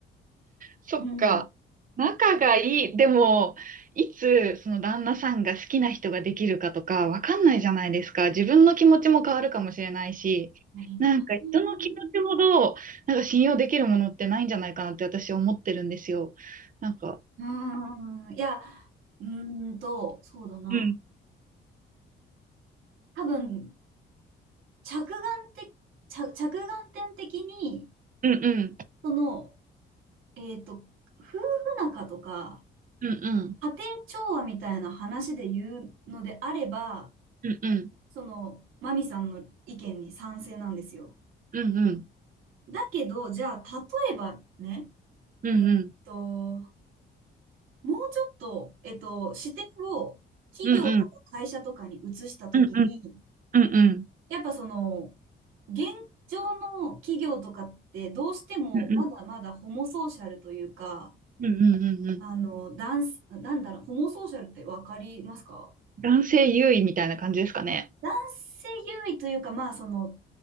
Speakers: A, on the right (about 45°); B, on the right (about 85°).
A: そっか。
B: うん。
A: 仲がいい。でも、いつその旦那さんが好きな人ができるかとかわかんないじゃないですか。自分の気持ちも変わるかもしれないし、
B: 何な。
A: なんか人の気持ちほど、
B: う
A: なんか信用できるものってないんじゃないかなって私思ってるんですよ。なんか、
B: ーん。いや、うーんと、そうだな。
A: うん、
B: 多分、着眼的、着、着眼点的に、
A: うんうん、
B: その、えっと、夫婦仲とか、
A: うんうん。
B: 家庭調和みたいな話で言うのであれば、
A: うんうん
B: その、マミさんの意見に賛成なんですよ。
A: うん
B: だけど、じゃあ、例えばね、
A: うん
B: うんと、もうちょっと、えっと、視点を企業とか会社とかに移したときに、
A: うんうんうんうんうんうんうん
B: やっぱその、現状の企業とかってどうしてもまだまだホモソーシャルというか、
A: うんうんうんうんうんうん
B: あの、男性、なんだろう、ホモソーシャルってわかりますか
A: 男性優位みたいな感じですかね
B: 男性優位というか、まあその、